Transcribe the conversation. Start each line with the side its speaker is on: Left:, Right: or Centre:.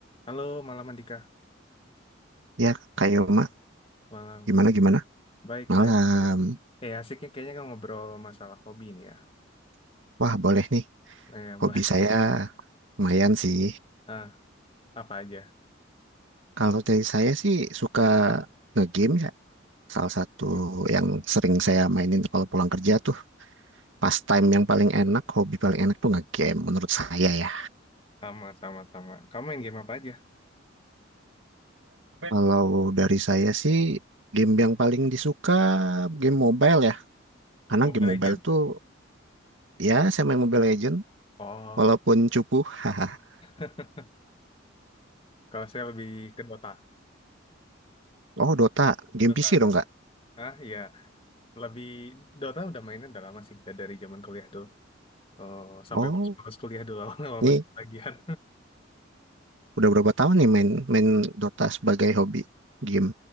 Left: Halo, malam Andika.
Right: Ya, Kak Yoma,
Left: Malam.
Right: gimana gimana?
Left: Baik,
Right: Malam.
Left: baik, baik. Eh, asiknya kayaknya kan ngobrol masalah hobi nih ya.
Right: Wah, boleh nih.
Left: Eh,
Right: Hobi
Left: <laughs> baik.
Right: saya lumayan sih.
Left: Ah, apa aja?
Right: Kalau dari saya sih suka nge-game ya. Salah satu
Left: Iya.
Right: yang sering saya mainin kalau pulang kerja tuh pastime yang paling enak, hobi paling enak tuh nge-game menurut saya ya.
Left: Sama, sama, sama. Kamu main game apa aja?
Right: Kalau dari saya sih game yang paling disuka game mobile ya. Karena
Left: Mobile
Right: game
Left: Legend.
Right: mobile tuh ya saya main Mobile Legend
Left: Oh,
Right: walaupun cupu. <laughs>
Left: <laughs> kalau saya lebih ke Dota.
Right: Oh, Dota, game
Left: Dota.
Right: PC dong nggak?
Left: Ah, iya. Lebih Dota udah mainnya udah lama sih, dari zaman kuliah dulu. Oh, sampai
Right: Oh,
Left: pas kuliah dulu <laughs> awal
Right: ini
Left: masih ketagihan.
Right: Udah berapa tahun nih main main Dota sebagai hobi game?